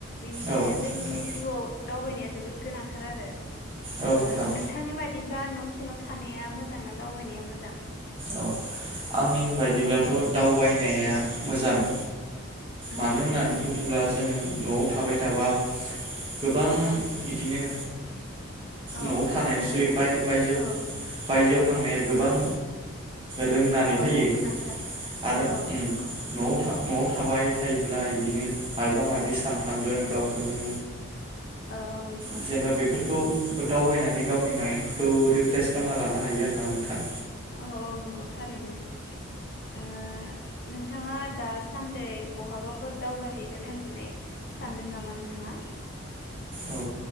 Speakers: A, on the left (about 50°); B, on the right (about 25°).
A: बेनिखायनो
B: औ
A: जोंनि
B: नोंथां
A: जिउआव दावबायनाया जोबोद गोनांथार आरो
B: औ
A: ओ
B: नोंथां
A: नोंथांनि बादि ब्ला न सिङाव थानाया मोजां ना दावबायनाया मोजां?
B: औ आंनि बायदिब्लाथ
A: औ
B: दावबाय- नाया मोजां
A: औ
B: मानो
A: औ
B: होननानै
A: नंगौ
B: बुङोब्ला जोङो नआव थाबाय थाबा गोबां बिदिनो
A: औ औ
B: नआव थानायसै
A: दुखु
B: बाय-बायजो
A: औ
B: बायजोआव थांनाया गोबां रोंनानै
A: औ
B: फैयो
A: औ गोनांथार
B: आरो
A: औ औ
B: उम
A: नंगौ
B: नआव था नआव थाबाय थायोब्ला बिदिनो मायबा माबि सानफ्लांगोन गावखौनो
A: औ औ नंगौ।
B: जेनेबा बेफोरखौ दावबायनानै गावनि माइनखौ रिफ्रेस खालामना लानो हायो आरोना नोंथां
A: औ औ नंगौ थारैनो <unintelligible> नोंथाङा दासान्दै बहाबाफोर दावबायहैगोन होननानै सानदों नामा नोंथाङा?
B: औ